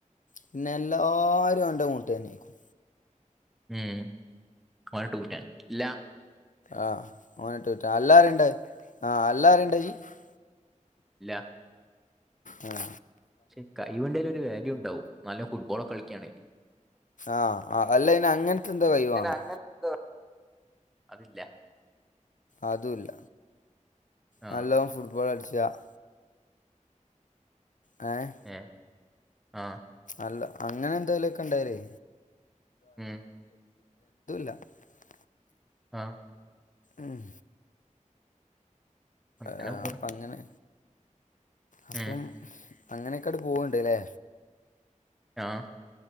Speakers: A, on the left; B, in the centre.
A: പിന്നെ എല്ലാരും... അവ്ന്റെ മൂട്ടിവന്നിക്കും.
B: ഉം... <unintelligible> ല്ലാ...
A: ങാ.. ഹ്... അവനെ <unintelligible> അല്ലാരുണ്ട്... ങാ.. ഹ് അല്ലാരുണ്ട് <unintelligible>
B: ഇല്ല..
A: ങാ...
B: പക്ഷെ... കഴിവൊണ്ടേല് ഒരു വാല്യു ണ്ടാവും... നല്ല ഫുട്ബോളൊക്ക കളിക്കാണേല്.
A: ങാ... ഹ്.. അ.. അല്ലേന്നെ അങ്ങനത്തെന്തേ കഴിവേണം.
B: അങ്ങനത്തെ എന്താ അതില്ല.
A: അതുംല്ല..
B: ആ
A: നല്ലതും ഫുട്ബോൾ <unintelligible> ങേഹ്..
B: ഏ ആ
A: അല്ല അങ്ങനെന്തേലൊക്കെണ്ടായാല്
B: ഉം
A: <unintelligible>
B: ങാ...
A: മ്മ്.....
B: അങ്ങനെ
A: ങാ... ഹ്
B: പോണ്
A: അപ്പങ്ങനാ.. അപ്പം..
B: ഉം
A: അങ്ങനക്കട് പോവണ്ട്ലെ...
B: ങാ...